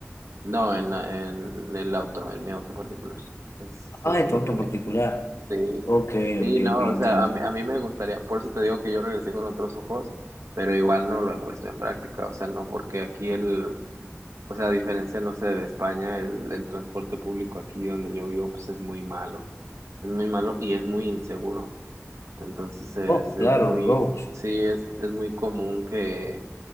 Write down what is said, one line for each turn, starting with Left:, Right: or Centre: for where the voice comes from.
Right: No, en, la- en, en el auto, en mi auto particular. Es-
Left: Ah,
Right: son 50
Left: en tu auto en
Right: minutos.
Left: particular.
Right: Sí,
Left: Ok,
Right: sí,
Left: ok,
Right: no,
Left: ok, entiendo.
Right: o sea, a mí, a mí me gustaría, por eso te digo que yo regresé con otros ojos, pero igual no lo he puesto en práctica, o sea, no, porque aquí el, o sea, a diferencia, no sé, de España, el, el transporte público aquí donde yo vivo, pues es muy malo, es muy malo y es muy inseguro. Entonces es,
Left: Oh,
Right: es
Left: claro,
Right: muy,
Left: Rose.
Right: sí, es, es muy común que